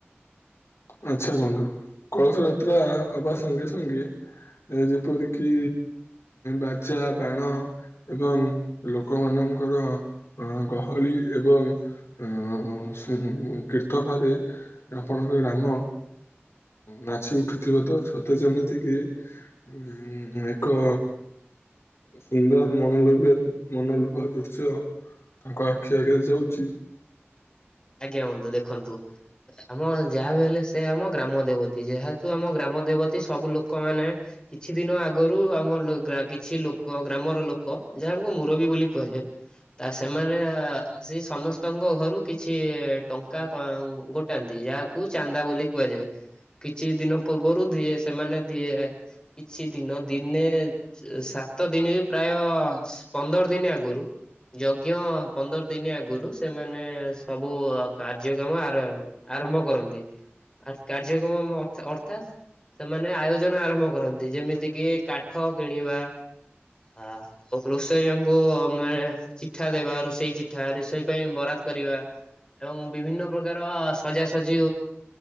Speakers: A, on the left; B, on the left.
A: ଆଚ୍ଛା ବନ୍ଧୁ କଳସ ଯାତ୍ରା ହବା ସଙ୍ଗେ ସଙ୍ଗେ ଏ ଯେପରିକି ବାଜା, ବାଣ ଏବଂ ଲୋକମାନଙ୍କର ଅ ଗହଳି ଏବଂ ଅ ସେ କୀର୍ତ୍ତନରେ ଆପଣଙ୍କ ଗ୍ରାମ ଉଁ ନାଚି ଉଠୁଥିବ ତ ସତେ ଯେମିତି କି ହୁଁ ଏକ ସୁନ୍ଦର ମନଲୋଭ୍ୟ ମନଲୋଭା ଦୃଶ୍ୟ ତାଙ୍କ ଆଖି ଆଗରେ ଯାଉଚି
B: ଆଜ୍ଞା ବନ୍ଧୁ ଦେଖନ୍ତୁ ଆମ ଯାହା ବି ହେଲେ ସେ ଆମ ଗ୍ରାମ ଦେବତୀ, ଯେହେତୁ ଆମ ଗ୍ରାମ ଆମ ଦେବତୀ ସବୁ ଲୋକ ମାନେ କିଛି ଦିନ ଆଗରୁ ଆମ କିଛି ଲୋକ ଗ୍ରାମର ଲୋକ ଯାହାଙ୍କୁ ମୁରବୀ ବୋଲି କୁହାଯାଏ, ତା ସେମାନେ ସେ ସମସ୍ତଙ୍କ ଘରୁ କିଛି ସେ ଟଙ୍କା ଗୋଟାନ୍ତି ଯାହାକୁ ଚାନ୍ଦା ବୋଲି କୁହାଯାଏ। କିଛି ଦିନ ପୂର୍ବରୁ ଦିଏ ସେମାନେ ଦିଏ କିଛି ଦିନ ଦିନେ ସେ ସା ତ ଦିନ ପ୍ରାୟ ପନ୍ଦର ଦିନ ଆଗରୁ ଯଜ୍ଞ ପନ୍ଦର ଦିନ ଆଗରୁ ସେମାନେ ସବୁ କାର୍ଯ୍ୟକ୍ରମ ଆର ଆରମ୍ଭ କରନ୍ତି। ଆ କାର୍ଯ୍ୟକ୍ରମ ଅର୍ଥାତ୍। ସେମାନେ ଆୟୋଜନ ଆରମ୍ଭ କରନ୍ତି, ଯେମିତି କିି କାଠ କିଣିବା। ଆଉ ରୋଷେଇଙ୍କୁ ଆ ଚିଠା ଦେବା, ରୋଷେଇ ଚିଠା ରୋଷେଇ ପାଇଁ ବରା କରିବା ଏବଂ ବିଭିନ୍ନ ପ୍ରକାର ସଜାସଜି।